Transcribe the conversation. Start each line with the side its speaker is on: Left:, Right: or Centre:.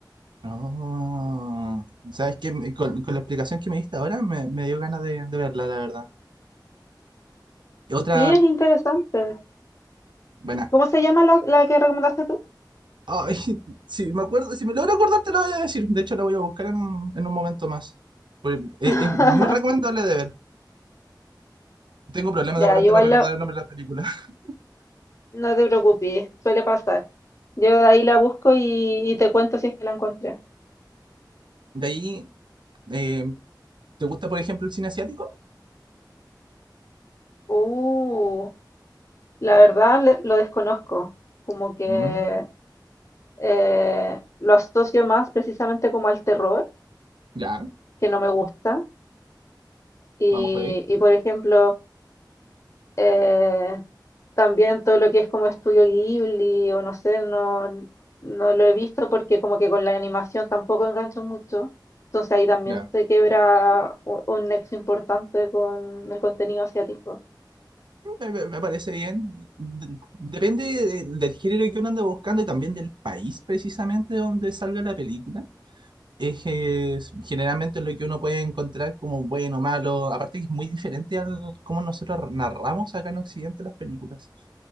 Right: Oh, ¿sabes qué? Me- Con, con la explicación que me diste ahora me, me dio ganas de, de verla, la verdad. Y Otra,
Left: Sí, es interesante.
Right: buena.
Left: ¿Cómo se llama la, la que recomendaste tú?
Right: Ay, <laughs> si me acuerdo, si me logro acordar te lo voy a decir. De hecho, la voy a buscar en un, en un momento más. Porque, eh,
Left: <laughs>
Right: es muy recomendable de ver. Tengo problemas
Left: Ya,
Right: de repente
Left: igual
Right: para recordar
Left: la-
Right: el nombre de las películas. <laughs>
Left: no te preocupes, suele pasar. Yo de ahí la busco y, y te cuento si es que la encontré.
Right: De ahí, eh, ¿te gusta, por ejemplo, el cine asiático?
Left: Uh. La verdad le- lo desconozco, como que
Right: Mm,
Left: eh, lo asocio más precisamente como al terror,
Right: ya,
Left: que no me gusta. Y,
Right: vamos por ahí.
Left: y, por ejemplo, eh, también todo lo que es como estudio Ghibli o no sé, no, no lo he visto porque como que con la animación tampoco engancho mucho. Entonces ahí también
Right: Ya.
Left: se quebra u- un nexo importante con el contenido asiático.
Right: Me, me- me parece bien. D- Depende de- del género que uno ande buscando y también del país precisamente donde salga la película. es eh, generalmente lo que uno puede encontrar como bueno, malo. Aparte que es muy diferente al cómo nosotros narramos acá en Occidente las películas.